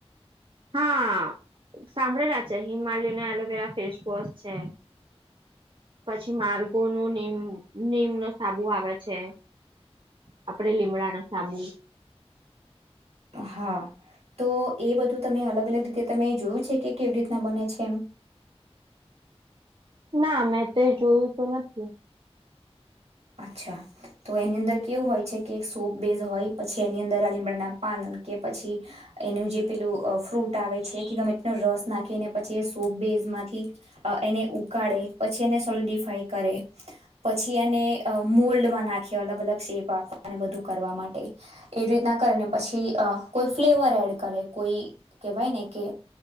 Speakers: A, on the right; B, on the right.
A: હા સાંભળેલા છે હિમાલયાનો એલોવેરા ફેસવોશ છે. પછી માર્ગોનું નીમનું નીમ નો સાબુ આવે છે. આપડે લીમડાનો સાબુ
B: હા તો એ બધું તમે અલગ અલગ રીતે તમે જોયું છે કે કેવી રીતના બને છે એમ
A: ના મેં તે એ જોયું તો નથી.
B: અચ્છા તો એની અંદર કેવું હોય છે કે એક સોપ બેઝ હોય પછી એની અંદર આ લીમડાના પાન કે પછી એનું જે પેલું અ ફ્રૂટ આવે છે કે ગમે તેનો રસ નાખીને પછી એ સોપ બેઝ માંથી અ એને ઉકાળે પછી એને સોલડીફાય કરે પછી એને મોલ્ડમાં નાખી અલગ અલગ શેપ આપવા અને બધું કરવા માટે એવી રીતના કરે ને પછી અ કોઈ ફ્લેવર એડ કરે કોઈ કેહેવાય ને કે